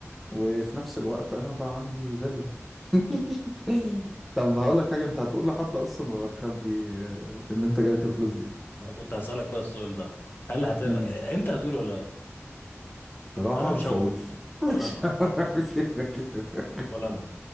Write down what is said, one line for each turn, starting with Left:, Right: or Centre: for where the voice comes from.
Centre: وفي نفس الوقت أنا بقى عندي فيلا <laughs> طب هقول لك حاجة أنت هتقول لحد أصلا ولا هتخبي آه، إن أنت جالك الفلوس دي؟
Left: ما انا كنت هسألك بقى السؤال ده هل هت...
Centre: مم.
Left: انت هتقول ولا لا
Centre: صراحة
Left: انا مش
Centre: مش
Left: هقول
Centre: هقول <laughs>
Left: ولا
Centre: مش
Left: انا
Centre: هقول كده كده
Left: ولا انا